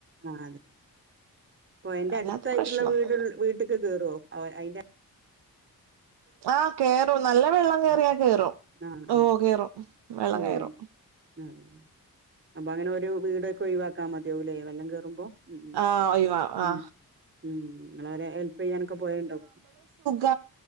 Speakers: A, on the right; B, on the right.
A: ആ അതെ പൊയെൻ്റെ
B: അല്ലാത്ത
A: അടുത്തായിട്ട്ള്ള
B: പ്രശ്നൊന്നുല്ല
A: വീട് വീട്ട്ക്ക് കേറോ അവ അയ്ന്റെ
B: ആ കേറും നല്ല വെള്ളം കേറിയാ
A: ആഹ്
B: കേറും
A: ആഹ്
B: ഓ
A: അതെ
B: കേറും വെള്ളം
A: ഉം
B: കെയറും
A: അതെ അതെ. അപ്പൊ അങ്ങനെ ഒരു വീടൊക്കെ ഒഴിവാക്കാമമതിയാവുലേ വെള്ളം കേറുമ്പോ ഉം ഉം
B: ആ ഒയിവാ ആ
A: ഉം ഉം നിങ്ങള് അവരെ ഹെൽപ് ചെയ്യാനൊക്കെ പോയെണ്ടോ
B: ക